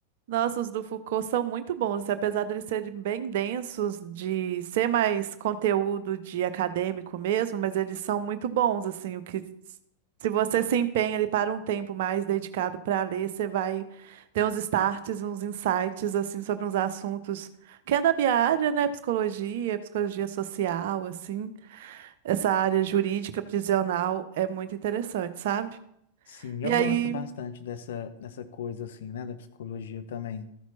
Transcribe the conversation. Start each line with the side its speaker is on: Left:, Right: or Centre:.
Right: Nossa, os do Foucault são muito bons, e apesar de eles serem bem densos, de ser mais conteúdo de acadêmico mesmo, mas eles são muito bons, assim, o que s- se você se empenha ali para um tempo mais dedicado para ler, você vai ter uns starts, uns insights, assim, sobre uns assuntos que é da minha área, né, psicologia, psicologia social, assim, essa área jurídica prisional é muito interessante, sabe?
Left: Sim,
Right: E
Left: eu
Right: aí
Left: gosto bastante dessa, dessa coisa assim, né, da psicologia também.